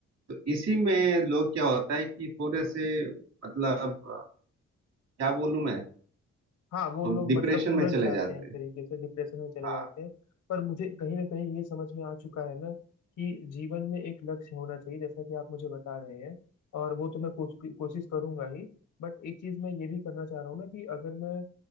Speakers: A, on the right; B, on the left.
A: तो इसी में लोग क्या होता है कि थोड़े से मतलब अ, क्या बोलूं मैं
B: हाँ वो लोग
A: डिप्रेशन
B: मतलब उलझ
A: में चले
B: जाते
A: जाते
B: हैं एक
A: हैं
B: तरीके से डिप्रेशन में चले
A: हाँ
B: जाते हैं पर मुझे कहीं ना कहीं ये समझ में आ चुका है ना कि जीवन में एक लक्ष्य होना चाहिए जैसा कि आप मुझे बता रहे हैं और वो तो मैं कोश, कोशिश करूंगा ही बट एक चीज मैं ये भी करना चाह रहा हूँ ना कि अगर मैं अ,